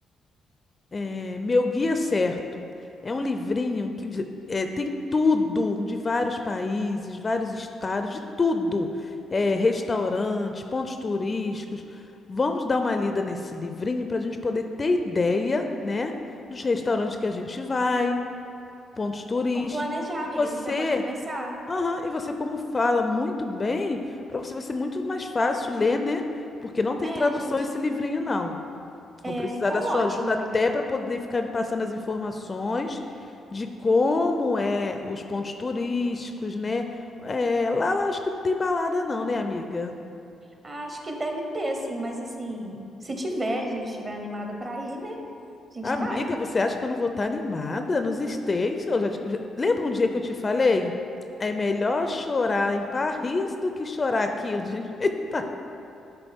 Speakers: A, on the left; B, on the right.
A: É, Meu Guia Certo é um livrinho que de- é, tem tudo de vários países, vários estados, de tudo. É, restaurantes, pontos turísticos. Vamos dar uma lida nesse livrinho para a gente poder ter ideia, né, dos restaurantes que a gente vai, pontos turísticos.
B: Vamos planejar,
A: E
B: amiga,
A: você,
B: a gente já pode começar.
A: aham, e você como fala muito bem, para você vai ser muito mais fácil ler, né? Porque não tem
B: É,
A: tradução
B: a gente,
A: esse livrinho, não.
B: é,
A: Vou precisar
B: então
A: da sua
B: ótimo,
A: ajuda
B: amiga.
A: até para poder ficar me passando as informações de como é os pontos turísticos, né? É, lá, lá acho que não tem balada não, né, amiga?
B: Ah, Acho que deve ter, assim, mas assim, se tiver, a gente estiver animada pra ir, né? A gente
A: Amiga,
B: vai.
A: você acha que eu não vou estar animada nos States? Eu já te- já- Lembra um dia que eu te falei? É melhor chorar em Paris do que chorar aqui <laughs> onde a gente <laughs> está.